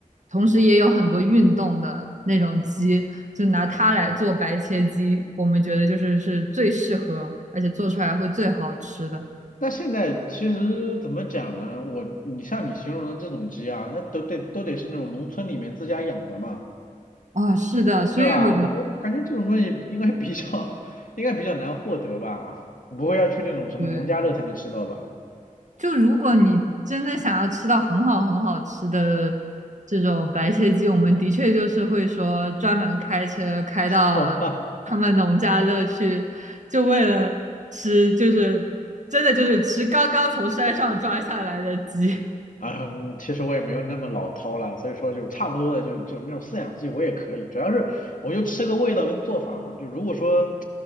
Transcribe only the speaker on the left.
那现在其实怎么讲呢？我你像你形容的这种鸡啊，那都得都得是那种农村里面自家养的嘛，
对吧？我感觉这种东西应该比较 <laughs> 应该比较难获得吧，不会要去那种什么农家乐才能吃到吧？
<laughs> 好吧
，OK。
嗯，其实我也没有那么老饕了，所以说就差不多的就就那种饲养鸡我也可以，主要是我就吃个味道跟做法嘛。就如果说